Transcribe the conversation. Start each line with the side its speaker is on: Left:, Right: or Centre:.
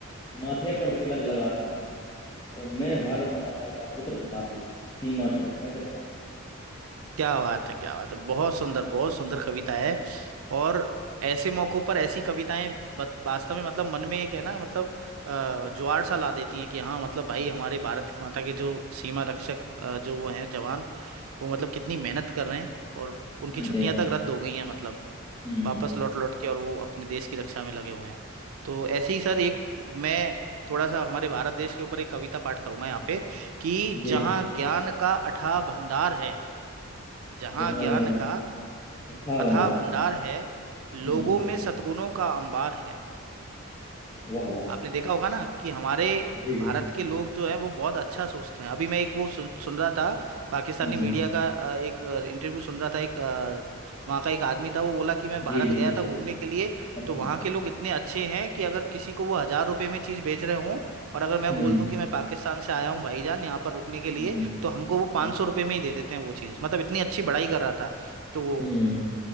Left: माथे पर तिलक लगाता हूँ और मैं भारत माता का पुत्र प्रतापी सीमा की रक्षा करता हूँ
Right: क्या बात है क्या बात है बहुत सुंदर बहुत सुंदर कविता है और ऐसे मौकों पर ऐसी कविताएं बत- वास्तव में मतलब मन में एक है ना मतलब अ, ज्वार सा ला देती हैं कि हाँ मतलब भाई हमारे भारत की माता के जो सीमा रक्षक अ, जो वो हैं जवान वो मतलब कितनी मेहनत कर रहे हैं और उनकी
Left: हाँ
Right: छुट्टियां
Left: जी हाँ जी
Right: तक रद्द हो गई हैं मतलब
Left: हम्म
Right: वापस लौट लौट के और वो अपने देश की रक्षा में लगे हुए हैं तो ऐसे ही सर एक मैं थोड़ा सा हमारे भारत देश के ऊपर एक कविता पाठ करूंगा यहाँ पे कि
Left: जी
Right: जहाँ
Left: जी
Right: ज्ञान का अथाह भंडार है जहाँ
Left: जहाँ
Right: ज्ञान
Left: ज्ञान का
Right: का
Left: कथा
Right: अथाह
Left: भंडार
Right: भंडार है लोगों
Left: हम्म हम्म
Right: में सद्गुणों का अंबार है
Left: वाह वाह
Right: आपने देखा होगा ना कि हमारे
Left: जी
Right: भारत
Left: जी
Right: के लोग जो है वो बहुत अच्छा सोचते हैं अभी मैं एक वो सुन, सुन रहा था पाकिस्तानी
Left: हम्म
Right: मीडिया
Left: हम्म
Right: का अ, एक इंटरव्यू सुन रहा था एक अ, वहाँ का एक आदमी था वो बोला कि मैं भारत
Left: जी जी
Right: गया
Left: जी
Right: था घूमने के लिए
Left: अच्छा
Right: तो वहाँ के लोग इतने अच्छे हैं कि अगर किसी को वो हजार रुपए में चीज़ बेच रहे हों और अगर मैं
Left: हम्म
Right: बोल
Left: हम्म
Right: दूं कि मैं पाकिस्तान से आया हूँ भाईजान यहाँ पर रुकने के लिए
Left: हम्म
Right: तो हमको वो पाँच
Left: हम्म
Right: सौ रुपये में ही दे देते हैं वो चीज़ मतलब इतनी अच्छी बड़ाई कर रहा था तो
Left: हम्म, हम्म, हम्म।